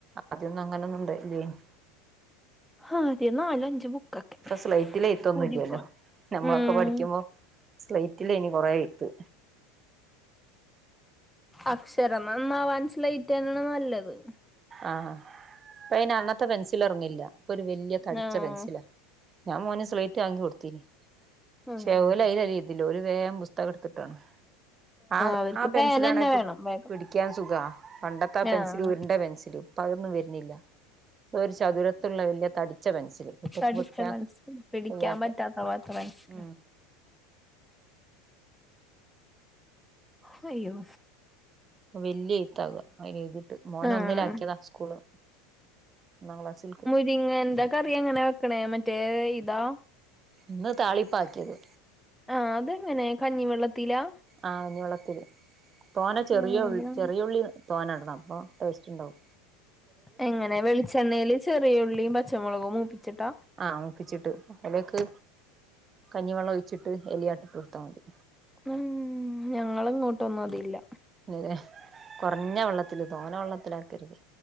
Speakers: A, on the right; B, in the centre.
A: ആദ്യൊന്നും അങ്ങനെ ഒന്നു ഇണ്ടായ്റ്റില്ലേയ്നി.
B: ആകെ നാലു അഞ്ച് ബുക്കൊക്കെ
A: ഇപ്പൊ സ്ലൈറ്റില് എഴുത്തൊന്നും
B: കൂടിപ്പോയ
A: ഇല്ലല്ലോ നമ്മളൊക്കെ
B: ഉം
A: പഠിക്കുമ്പോ സ്ലൈയ്റ്റിലേയ്നി കൊറേ എയ്ത്ത്.
B: അക്ഷരം നന്നാവാൻ സ്ലെയ്റ്റെന്നേണ് നല്ലത്.
A: ആഹ് ഇപ്പ അയ്ന് അങ്ങൻത്തെ പെൻസില് എറങ്ങില്ല ഇപ്പൊ ഒരു വെല്ല്യെ തടിച്ച
B: ആഹ്
A: പെൻസിലാ. ഞാൻ മോന് സ്ലേറ്റ് വാങ്ങി കൊട്ത്തീനി പക്ഷേ
B: ആഹ്
A: ഓലയ്ലല്ല എഴ് ത് ല് ഓല് വേം പുസ്തകം ഇട്ത്തിട്ടാണ്. ആഹ്
B: അവർക്ക്
A: ആ പെൻസിലാണെ
B: പേനന്നെ
A: പി
B: വേണം വേഗം
A: പിടിക്കാൻ സുഖാ പണ്ടത്തെ ആ പെൻസില്
B: ആഹ്
A: ഉര്ണ്ട പെൻസ് ഇപ്പതൊന്നും വെര്നില്ല ഇപ്പൊ ഒരു ചതുരത്ത്ള്ളെ വെല്ല്യെ തടിച്ച പെൻസില് കുട്ടിയക്ക്
B: തടിച്ച
A: പിടിക്കാൻ
B: പെൻസ്സില് പിടിക്കാൻ
A: കഴിയാത്ത
B: പറ്റാത്ത പോൽത്തെ പെൻസിലാ
A: ഉം
B: ഹയ്യോ.
A: അഹ് വെല്ല്യെ എയ്ത്താവ അയ്ല് എഴ്തിട്ട് മോനെ
B: ആഹ്
A: ഒന്നിലാക്ക്യേതാ സ്കൂൾള് ഒന്നാം ക്ലാസിൽക്ക്.
B: പി ങ്ങ് എന്താകറി എങ്ങനാ വെക്കണേ മറ്റേ ഇതാ.
A: ഇന്ന് താളിപ്പാ ആക്ക്യേത്.
B: ആഹ് അതെങ്ങനേ കഞ്ഞിവെള്ളത്തിലാ.
A: ആഹ് കഞ്ഞിവെള്ളത്തില് തോനെ ചെറിയ
B: ആഹ്
A: ഉൾ ചെറിയ ഉള്ളി. തോനെ ഇടണം അപ്പൊ ടേസ്റ്റ് ഇണ്ടാവും.
B: എങ്ങനെ വെളിച്ചെണ്ണൽ ചെറിയ ഉള്ളിയും പച്ചമൊളകും മൂപ്പിച്ചിട്ടാ.
A: ആഹ് മുപ്പിച്ചിട്ട് അയ്ലേക്ക് കഞ്ഞിവെള്ളം ഒഴിച്ചിട്ട് എലിയാട്ട് കൊടുത്താൽമതി.
B: ഉം ഞങ്ങളെ ഇങ്ങോട്ടൊന്നും അതില്ല.
A: ഇ കൊറഞ്ഞവെള്ളത്തില് തോനെ വെള്ളത്തിലാക്കരുത്.